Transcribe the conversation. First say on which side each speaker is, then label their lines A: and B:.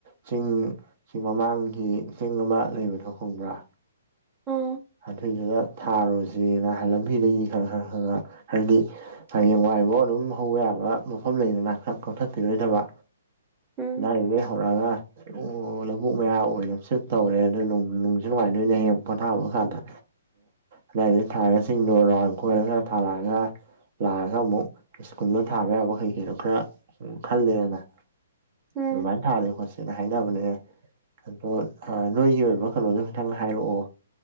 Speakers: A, on the right (about 50°); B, on the right (about 15°).
A: ꯆꯤꯡꯁꯤ ꯃꯃꯥꯡꯒꯤ ꯆꯤꯡ ꯑꯃ ꯂꯩꯕ ꯊꯣꯛ ꯈꯪꯕ꯭ꯔꯥ
B: ꯎꯝ
A: ꯑꯗꯨꯏꯗꯨꯗ ꯊꯥꯔꯣꯁꯤꯅ ꯂꯝꯕꯤꯗꯒꯤ ꯈꯔ ꯈꯔ ꯈꯔ ꯈꯔ ꯍꯥꯏꯗꯤ ꯍꯌꯦꯡꯋꯥꯏꯐꯥꯎ ꯑꯗꯨꯝ ꯍꯧꯕ ꯌꯥꯕ ꯃꯐꯝ ꯂꯩꯗꯅ ꯀꯛꯊꯠꯄꯤꯔꯣꯏꯗꯕ
B: ꯎꯝ
A: ꯑꯗꯥꯏꯗꯒꯤ ꯍꯧꯔꯛꯑꯒ꯫ ꯑꯣ ꯂꯧꯕꯨꯛ ꯃꯌꯥ ꯑꯣꯏꯅꯁꯨ ꯇꯧꯔꯦ ꯑꯗꯨ ꯅꯨꯡꯁꯨ ꯅꯨꯡꯉꯥꯏꯗꯣꯏꯅꯦ ꯍꯌꯦꯡ ꯄꯣꯊꯥꯕ ꯀꯥꯟꯗ꯫ ꯑꯗ ꯑꯗꯥꯏꯗꯩ ꯊꯥꯔ ꯆꯤꯡꯗꯣ ꯔꯥꯎꯟ ꯀꯣꯏꯔꯒ ꯊꯥꯔꯛꯑꯒ꯫ ꯂꯥꯛꯑꯒ ꯑꯃꯨꯛ ꯁ꯭ꯀꯨꯜꯗ ꯊꯥꯕ ꯌꯥꯕ ꯀꯩ ꯀꯩꯅꯣ ꯈꯔ ꯈꯜꯂꯦꯅ꯫
B: ꯎꯝ
A: ꯑꯁꯨꯃꯥꯏꯅ ꯊꯥꯖꯦ ꯈꯣꯠꯁꯦꯅ ꯍꯥꯏ꯫ ꯈꯅꯕꯅꯦ ꯑꯗꯣ ꯅꯣꯏꯒꯤ ꯑꯣꯏꯕ ꯀꯩꯅꯣꯗꯣ ꯈꯤꯇꯪ ꯍꯥꯏꯔꯛꯑꯣ꯫